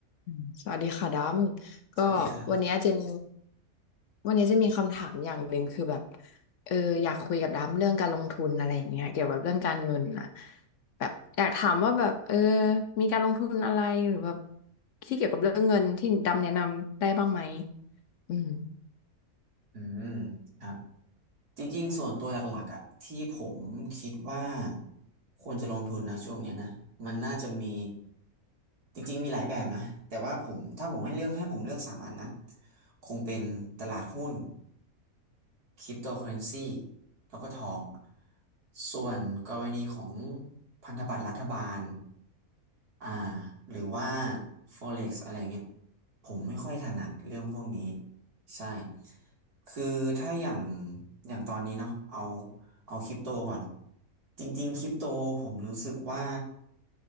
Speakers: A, on the left (about 65°); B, on the right (about 80°).
A: อืมสวัสดีค่ะดำก็วันเนี้ยเจน
B: สวัสดีครับ
A: วันนี้จะมีคำถามอย่างหนึ่งคือแบบเอออยากคุยกับดำเรื่องการลงทุนอะไรอย่างเงี้ยเกี่ยวกับเรื่องการเงินน่ะแบบอยากถามว่าแบบเออมีการลงทุนอะไรหรือแบบที่เกี่ยวกับเรื่องเงินที่ดำแนะนำได้บ้างไหมอืม
B: อืมครับ จริงๆส่วนตัวหลักๆอ่ะที่ผมคิดว่าควรจะลงทุนนะช่วงเนี้ยนะมันน่าจะมีจริงๆมีหลายแบบนะแต่ว่าผมถ้าผมให้เลือกให้ผมเลือกสามอันนะคงเป็นตลาดหุ้น คริปโตเคอเรนซีแล้วก็ทองส่วนกรณีของพันธบัตรรัฐบาลอ่าหรือว่า Forex อะไรเงี้ยผมไม่ค่อยถนัดเรื่องพวกนี้ใช่คือถ้าอย่างอย่างตอนนี้เนาะเอาเอาคริปโตก่อนจริงๆคริปโตผมรู้สึกว่า